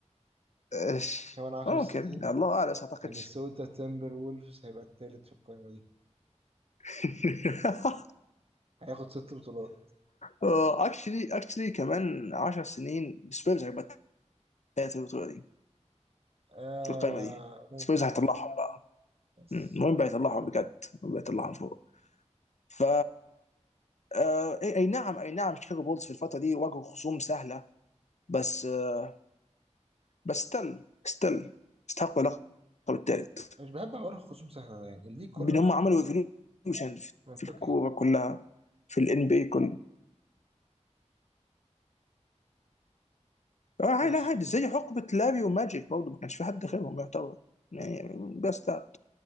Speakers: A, on the left (about 70°); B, on the right (about 50°).
A: إيش
B: كمان عشر
A: ممكن
B: سنين
A: الله أعلم بس ما أعتقدش
B: مينيسوتا تيمبر وولفز هيبقى التالت في القائمة دي
A: <laughs>
B: هياخد ست بطولات
A: آه، اكشلي اكشلي كمان 10 سنين سبيرز هيبقى الثالث في البطوله دي
B: آه
A: في القائمه دي
B: ممكن
A: سبيرز هيطلعهم
B: اه فعلا
A: بقى
B: بس
A: مم. المهم بقى يطلعهم بجد بقى يطلعهم فوق ف آه، اي أي نعم اي نعم شيكاغو بولز في الفتره دي واجهوا خصوم سهله بس آه، بس ستيل ستيل استحقوا اللقب الثالث
B: مش بحب حوار الخصوم سهلة ده، يعني الليج كله
A: بان
B: ما
A: هم
B: كانش
A: عملوا
B: فيه
A: ايفولوشن في
B: منطقي
A: في الكوره كلها في الان بي كله آه
B: ماشي
A: لا عادي زي حقبه لاري وماجيك برضه ما كانش في حد غيرهم يعتبر يعني بس ده